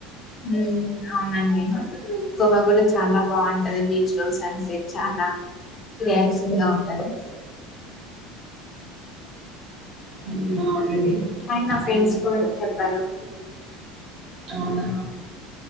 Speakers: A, on the left; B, on the right.
A: హుమ్ అవునండి గోవా కూడా చాలా బావుంటది. బీచ్ లో సన్ సెట్ చాలా రిలాక్సిం గా ఉంటది.
B: ఉమ్ అవునండి
A: అని నా ఫ్రెండ్స్
B: అయినా
A: కూడా చెప్పారు
B: అవునా